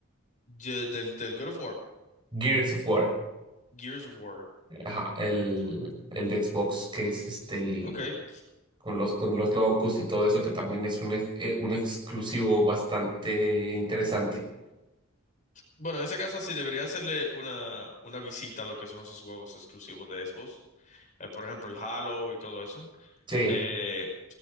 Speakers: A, on the left; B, on the right.
A: Ye- del, del God of War.
B: Gears of War,
A: Gears of War.
B: ajá, el,
A: Eso.
B: el de Xbox, que es este el,
A: Okay.
B: con los con los locos y todo eso, que también es un, ex- eh, un exclusivo bastante interesante.
A: Bueno, en ese caso sí debería hacerle una, una visita a lo que son esos juegos exclusivos de Xbox. Eh, por ejemplo, el Halo y todo eso.
B: Sí,
A: Eh,